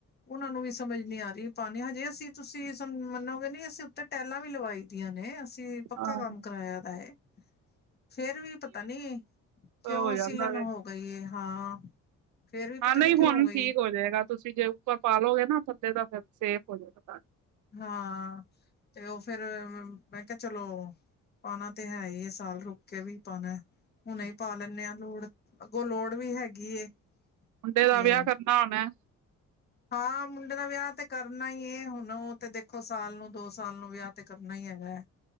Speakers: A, on the left (about 35°); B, on the right (about 75°).
A: ਉਹਨਾ ਨੂੰ ਵੀ ਸਮਝ ਨੀ ਆ ਰਹੀ ਪਾਣੀ ਹਜੇ ਅਸੀਂ ਤੁਸੀਂ ਮੰਨੋਗੇ ਨੀ ਅਸੀ ਉੱਤੇ ਟੈਲਾਂ ਵੀ ਲਵਾਈ ਦੀਆਂ ਨੇ ਅਸੀਂ ਪੱਕਾ
B: ਹਾਂ
A: ਕੰਮ ਕਰਾਇਆ ਦਾ ਏ, ਫੇਰ ਵੀ ਪਤਾ ਨੀ ਕਿਉਂ
B: ਹੋ ਜਾਂਦਾ
A: ਸੀਲਨ
B: ਵੇ।
A: ਹੋ ਕਹੀਏ ਹਾਂ ਫੇਰ ਵੀ ਪਤਾ
B: ਹਾਂ ਨਹੀਂ
A: ਨੀ ਕਿਉਂ
B: ਹੁਣ
A: ਗਈ
B: ਠੀਕ
A: ਏ
B: ਹੋ ਜਾਏਗਾ ਤੁਸੀਂ ਜੇ ਉੱਪਰ ਪਾ ਲਓਗੇ ਨਾ ਥੱਲੇ ਦਾ ਫੇਰ ਸੇਫ ਹੋ ਜਾਏਗਾ ਤੁਹਾਡਾ।
A: ਹਾਂ। ਤੇ ਉਹ ਫੇਿਰ ਮੈਂ ਕਿਹਾ ਚਲੋ ਪਾਨਾ ਤੇ ਹੈ ਹੀ ਹੈ ਸਾਲ ਰੁਕ ਕੇ ਵੀ ਪਾਨਾ ਏਂ। ਹੁਣ ਹੀ ਪਾ ਲੈਂਦੇ ਹਾਂ ਲੋੜ ਅੱਗੋਂ ਲੋੜ ਵੀ ਹੈਗੀ ਏ।
B: ਮੁੰਡੇ ਦਾ
A: ਤੇ
B: ਵਿਆਹ ਕਰਨਾ ਹੋਨਾ।
A: ਹਾਂ ਮੁੰਡੇ ਦਾ ਵਿਆਹ ਤੇ ਕਰਨਾ ਹੀ ਏ। ਹੁਣ ਉਹ ਤੇ ਦੇਖੋ ਸਾਲ ਨੂੰ ਦੋ ਸਾਲ ਨੂੰ ਵਿਆਹ ਤੇ ਕਰਨਾ ਹੀ ਹੈਗਾ।